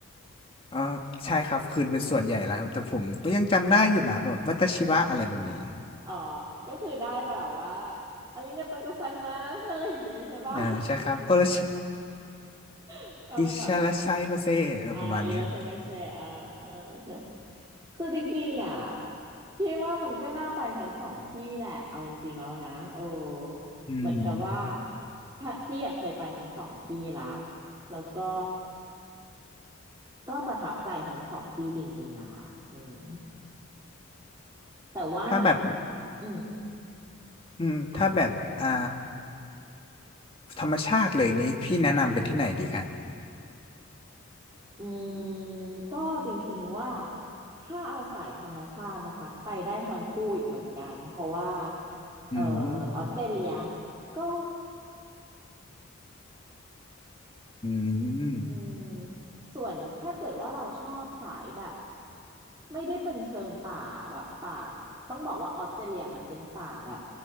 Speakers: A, on the left; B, on the right.
A: อ๋อใช่ครับคืนเป็นส่วนใหญ่แล้วแต่ผมก็ยังจำได้อยู่นะแบบวัตชิวะอะไรแบบนี้
B: อ๋อ ก็คือได้แบบว่าอาริงโกโตโกไซมัสอะไรอย่างงี้ใช่ปะ
A: อ่าใช่ครับโอรช
B: <laughs> เอาเป็นแบบ
A: อิชาราชัยมาเซเออประมาณนี้ครับ
B: อ่าอีลาเชมัสเซอ่าโอเคคือจริงๆอ่ะพี่ว่ามันก็น่าไปทั้งสองที่แหละเอาจริงๆแล้วนะโอ้
A: อืม
B: เหมือนกับว่าถ้าพี่อะเคยไปทั้งสองที่ละแล้วก็ก็ประทับใจทั้งสองที่จริงๆอะค่ะอืมแต่ว่า
A: ถ้าแบบ
B: อืม
A: อืมถ้าแบบอ่า
B: อ
A: ธรรมชาติเลยนี้พี่แนะนำเป็นที่ไหนดีคะ
B: อืมก็จริงๆว่าถ้าเอาสายธรรมชาตินะคะไปได้ทั้งคู่อีกเหมือนกันเพราะว่าเอ่อ
A: อืม
B: ออสเตรเลียก็
A: อืม
B: อืมส่วนถ้าเกิดว่าเราชอบสายแบบไม่ได้เป็นเชิงป่าแบบป่าต้องบอกว่าออสเตรเลียมันเป็นป่าแบบ